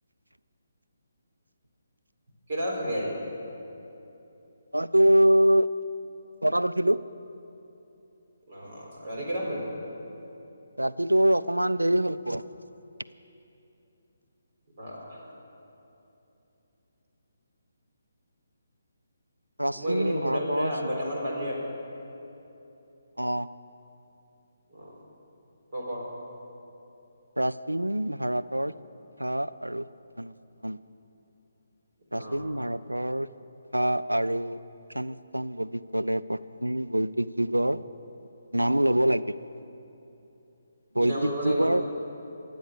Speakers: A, on the right; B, on the right.
A: কেইটাত উঠিলি আজি?
B: মই তোৰ ছটাত উঠিলোঁ।
A: অ', ৰাতি কেইটা শুলি?
B: ৰাতি তোৰ আৰু অকমান দেৰি হ'ল, শুৱা।
A: বাহ
B: প্ৰাচীন
A: মই এইকেইদিনি শুৱতে,
B: ভাৰতৰ
A: শুৱতে আঢ়ৈটামান
B: শি
A: বাজি আছে।
B: অ'।
A: অ ক' ক'।
B: প্ৰাচীন ভাৰতৰ শিক্ষা আৰু শিক্ষানুষ্ঠান। প্ৰাচীন
A: অ
B: ভাৰতৰ। শিক্ষা আৰু শিক্ষানুষ্ঠান বুলি ক'লে প্ৰথমেই বৈদিক যুগৰ নাম লব লাগিব।
A: কি
B: বৈদিক
A: নাম ল'ব লাগিব
B: যুগৰ